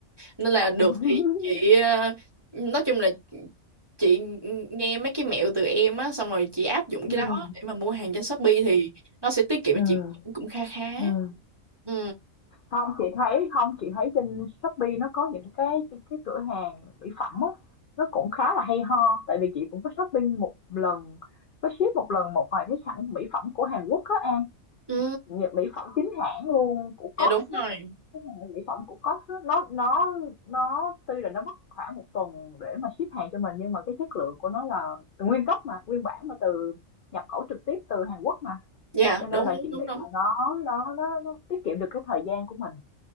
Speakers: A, on the right; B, on the left.
A: Nên là
B: <laughs>
A: được
B: Ừm,
A: thì chị ờ, nói chung là chị nghe mấy cái mẹo từ em á xong rồi chị áp dụng
B: ừm,
A: cái đó để mà mua hàng trên Shopee thì nó sẽ tiết kiệm
B: ừm,
A: cho chị cũng kha khá.
B: ừm.
A: Ừ.
B: Hông, chị thấy không chị thấy trên Shopee nó có những cái cái cửa hàng mỹ phẩm á, nó cũng khá là hay ho, tại vì chị cũng có shopping một lần, có ship một lần một vài cái sản mỹ phẩm của Hàn Quốc á An,
A: Ừ.
B: nhờ mỹ phẩm chính hãng luôn của
A: Dạ
B: Cost
A: đúng rồi.
B: á, cái hàng mỹ phẩm của Cost á, nó nó nó tuy là nó mất khoảng một tuần để mà ship hàng cho mình nhưng mà cái chất lượng của nó là nguyên gốc mà, nguyên bản mà từ nhập khẩu trực tiếp từ Hàn Quốc mà.
A: Dạ
B: cho nên
A: đúng
B: là
A: đúng
B: chị
A: đúng
B: nghĩ
A: đúng.
B: là nó nó nó, nó tiết kiệm được cái thời gian của mình